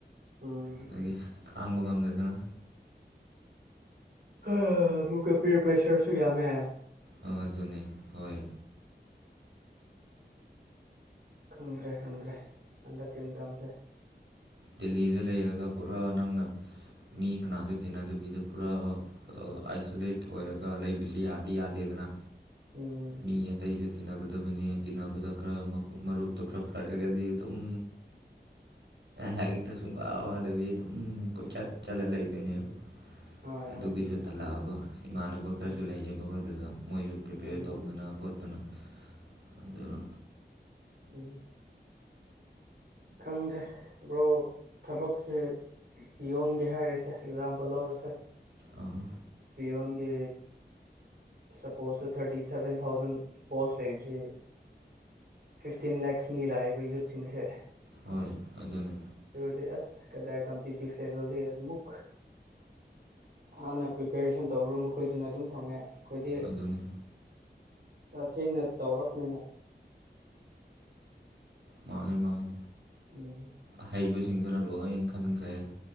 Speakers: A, on the right (about 60°); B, on the right (about 85°).
A: ꯎꯝ
B: ꯑꯗꯒꯤ ꯈꯥꯡꯕ ꯉꯝꯗꯗꯅ
A: ꯍ ꯃꯨꯒ ꯄꯔ ꯄ꯭ꯔꯦꯁꯔꯁꯨꯨ ꯌꯥꯃꯦ
B: ꯑ ꯑꯗꯨꯅꯦ ꯍꯣꯏ
A: ꯈꯪꯗ꯭ꯔꯦ ꯈꯪꯗ꯭ꯔꯦ ꯍꯟꯗꯛꯀꯤ ꯃꯇꯝꯁꯦ
B: ꯗꯦꯜꯂꯤꯗ ꯂꯩꯔꯒ ꯄꯨꯔꯥ ꯅꯪꯅ ꯃꯤ ꯀꯅꯥꯁꯨ ꯇꯤꯟꯅꯗꯕꯤꯗ ꯄꯨꯔꯥ ꯑꯥꯏꯁꯣꯂꯦꯠ ꯑꯣꯏꯔꯒ ꯂꯩꯕꯁꯨ ꯌꯥꯗꯤ ꯌꯥꯗꯦꯗꯅ
A: ꯎꯝ
B: ꯃꯤ ꯑꯇꯩꯏꯆꯨ ꯇꯤꯟꯅꯒꯗꯕꯅꯤ ꯇꯤꯟꯅꯕꯗ ꯈꯔ ꯃꯔꯨꯞꯇꯣ ꯈꯔ ꯐꯔꯒꯗꯤ ꯑꯗꯨꯝ ꯂꯥꯏꯔꯤꯛꯇ ꯁꯨꯡ ꯋꯥ ꯋꯥꯗꯕꯤ ꯑꯗꯨꯝ ꯀꯣꯏꯆꯠ ꯆꯠꯂ ꯂꯩꯗꯣꯏꯅꯦꯕ <inaudible>
A: ꯍꯣꯏ
B: ꯑꯗꯨꯒꯤꯁꯨ
A: ꯍꯣꯏ ꯆꯨꯝꯃꯦ ꯆꯨꯝꯃꯦ
B: ꯇꯜꯂꯛꯑꯕ ꯏꯃꯥꯟꯅꯕ ꯈꯔꯁꯨ
A: ꯎꯝ
B: ꯂꯩꯌꯦꯕꯀꯣ ꯑꯗꯨꯗ ꯃꯣꯏꯁꯨ ꯄ꯭ꯔꯤꯄꯦꯌꯔ
A: ꯎꯝ
B: ꯇꯧꯗꯅ ꯈꯣꯠꯇꯅ ꯑꯗꯨꯅ
A: ꯎ ꯈꯪꯗ꯭ꯔꯦ ꯕ꯭ꯔꯣ ꯊꯕꯛꯁꯦ ꯄꯌꯣꯟꯒꯦ ꯍꯥꯏꯔꯤꯁꯦ ꯑꯦꯛꯖꯥꯝꯄꯜ ꯂꯧꯔꯁꯦ
B: ꯑꯥ
A: ꯌꯣꯟꯒꯤ ꯁꯄꯣꯁꯇ ꯊꯥꯔꯇꯤ ꯁꯚꯦꯟ ꯊꯥꯎꯖꯟ ꯄꯣꯁ ꯂꯩꯕꯕꯁꯤ ꯐꯤꯐꯇꯤꯟ ꯂꯦꯛꯁ ꯃꯤ ꯂꯥꯛꯏꯕ ꯌꯨꯠꯁꯤꯡꯁꯦ
B: ꯍꯣꯏ ꯑꯗꯨꯅꯦ
A: ꯑꯗꯨꯗꯤ ꯑꯁ ꯀꯗꯥꯏ ꯀꯝꯄꯤꯇꯤꯇꯤꯞ ꯂꯦꯚꯦꯜꯗꯤ ꯑꯗꯨꯃꯨꯛ ꯍꯥꯟꯅ ꯄ꯭ꯔꯤꯄꯦꯔꯦꯁꯟ ꯇꯧꯔꯝꯕ ꯃꯈꯣꯏꯗꯨꯅ ꯑꯗꯨꯝ ꯐꯪꯉꯦ ꯑꯩꯈꯣꯏꯗꯤ
B: ꯑꯗꯨꯗꯅꯤ
A: ꯈꯔ ꯊꯦꯡꯅ ꯇꯧꯔꯛꯄꯅꯤꯅ
B: ꯃꯥꯅꯤ ꯃꯥꯅꯤ
A: ꯎꯝ
B: ꯑꯍꯩꯕꯁꯤꯡꯗꯨꯅ ꯂꯣꯏ ꯈꯟꯈ꯭ꯔꯦ